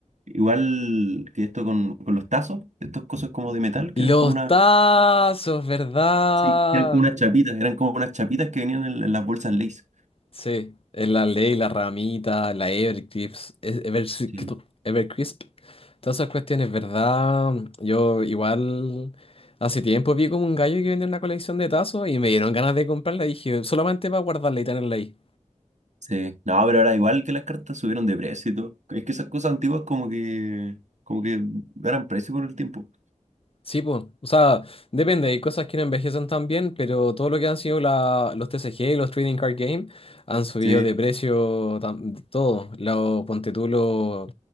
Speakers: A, on the right; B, on the left.
A: Igual que esto con, con los tazos, estos cosas como de metal,
B: los
A: que eran como una
B: tazos, ¿verdad?
A: Sí, eran como unas chapitas, eran como unas chapitas que venían en, en las bolsas Lay's.
B: Sí, es la ley, la ramita, la Evercrisp, es- Evercrisp,
A: Sí.
B: Evercrisp. Todas esas cuestiones, ¿verdad? Yo igual hace tiempo vi como un gallo que vendía una colección de tazos y me dieron ganas de comprarla. Dije, solamente para guardarla y tenerla ahí.
A: Sí. No, pero ahora igual que las cartas subieron de precio y todo. Es que esas cosas antiguas como que, como que ganan precio con el tiempo.
B: Sí, pues, o sea, depende, hay cosas que no envejecen tan bien, pero todo lo que han sido la, los TCG y los Trading Card Game han subido
A: Sí.
B: de precio tam- todo. Lo, ponte tú lo-